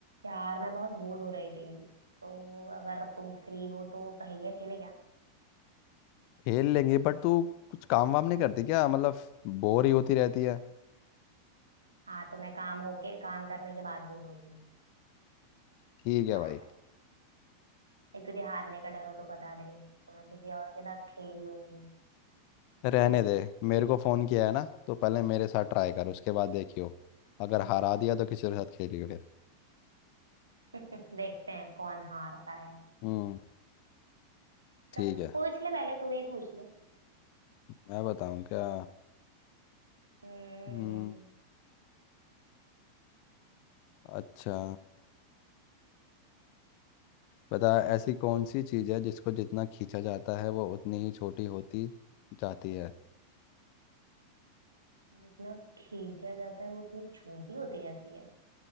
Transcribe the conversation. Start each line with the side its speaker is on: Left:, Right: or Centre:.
Right: यार मैं बहुत बोर हो रही थी तो अगर तुम फ्री हो तो पहेलियाँ खेले क्या
Left: खेल लेंगे बट तू कुछ काम वाम नहीं करती क्या मतलब बोर ही होती रहती है
Right: हाँ तो मैं काम होके काम करने के बाद बोर होती हूँ
Left: ठीक है
Right: पागल
Left: भाई
Right: नहीं तुझे हारने का डर हो तो बता दे तो मैं किसी और के साथ खेल लूंगी
Left: रहने
Right: <laughs>
Left: दे मेरे को फ़ोन किया है ना तो पहले मेरे साथ ट्राई कर उसके बाद देखियो अगर हरा दिया तो किसी के साथ खेलियो फिर
Right: देखते हैं कौन हारता है
Left: हम्म ठीक
Right: तो
Left: है
Right: पूछ ले पहले तू ही पूछ ले
Left: मैं बताऊं क्या
Right: हम्म
Left: हम्म अच्छा बता ऐसी कौन सी चीज़ है जिसको जितना खींचा जाता है वो उतनी ही छोटी होती जाती है
Right: जितना खींचा जाता है वो उतनी छोटी होती जाती है